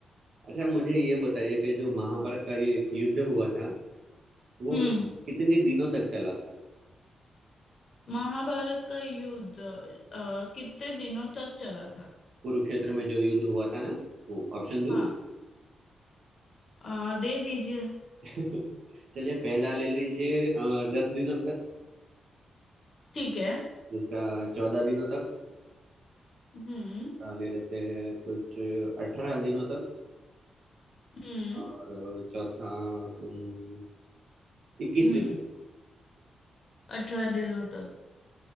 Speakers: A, on the right; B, on the left.
A: अच्छा मुझे ये बताइए कि जो महाभारत का ये युद्ध हुआ था वो
B: हम्म
A: कितने दिनों तक चला था
B: महाभारत का युद्ध अ, कितने दिनों तक चला था
A: कुरुक्षेत्र में जो युद्ध हुआ था ना वो ऑप्शन दो
B: हाँ अ, दे दीजिए
A: <laughs> चलिए पहला ले लीजिए अ, दस दिनों तक
B: ठीक है
A: दूसरा चौदह दिनों तक
B: हम्म
A: अ, ले लेते हैं कुछ अठारह दिनों तक
B: हम्म
A: और चौथा अम, इक्कीस
B: हम्म
A: दिनों तक
B: अठारह दिनों तक